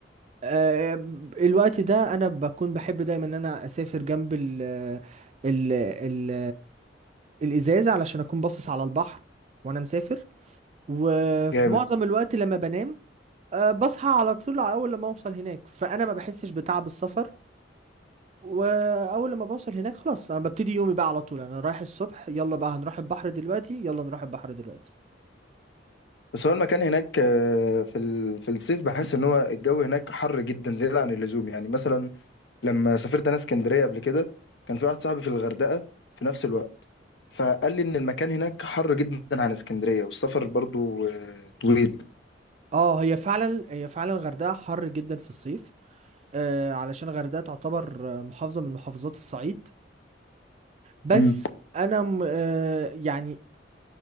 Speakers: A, on the right; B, on the left.
A: آه، الوقت ده انا بكون بحب دايما ان انا اسافر جنب ال ال ال الازازه علشان اكون باصص على البحر وانا مسافر وفي
B: جامد
A: معظم الوقت لما بنام آه، بصحى على طول اول لما اوصل هناك فانا ما بحسش بتعب السفر واول لما بوصل هناك خلاص انا ببتدي يومي بقى على طول انا رايح الصبح يلا بقى هنروح البحر دلوقتي يلا نروح البحر دلوقتي
B: بس هو المكان هناك آه، في ال- في الصيف بحس ان هو الجو هناك حر جدا زياده عن اللزوم يعني مثلا لما سافرت انا اسكندريه قبل كده كان في واحد صاحبي في الغردقه في نفس الوقت فقال لي ان المكان هناك حر جدا عن اسكندريه والسفر برضو آه، طويل
A: اه هي فعلا هي فعلا الغردقه حر جدا في الصيف آه، علشان الغردقة تعتبر آه، محافظة من محافظات الصعيد بس
B: مم.
A: أنا م- آه، يعني